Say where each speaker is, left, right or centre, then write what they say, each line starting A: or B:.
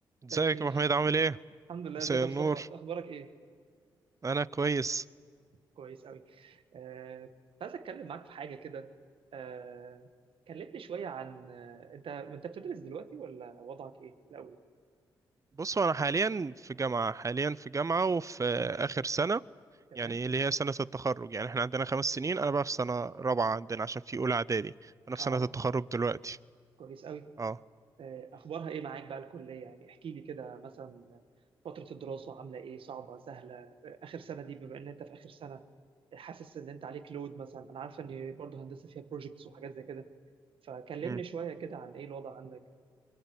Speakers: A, on the right; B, on the right.
A: ازيك
B: مساء الخير
A: يا ابو حميد عامل ايه
B: الحمد لله
A: مساء
B: ازيك يا
A: النور
B: مصطفى انت اخبارك ايه
A: انا كويس
B: كويس قوي آه كنت عايز اتكلم معاك في حاجه كده آه كلمني شويه عن آه انت انت بتدرس دلوقتي ولا وضعك ايه الاول
A: بصوا انا حاليا في جامعه حاليا في جامعه وفي
B: مم.
A: اخر سنه
B: تمام
A: يعني اللي هي سنه التخرج يعني احنا عندنا خمس سنين انا بقى في سنه رابعه عندنا عشان في اولى اعدادي انا في
B: اه
A: سنه التخرج دلوقتي
B: كويس قوي
A: اه
B: آه اخبارها ايه معاك بقى الكليه يعني احكي لي كده مثلا فتره الدراسه عامله ايه صعبه سهله آه اخر سنه دي بما ان انت في اخر سنه حاسس ان انت عليك لود مثلا انا عارف ان برضه هندسه فيها بروجكتس وحاجات زي كده فكلمني
A: امم
B: شويه كده عن ايه الوضع عندك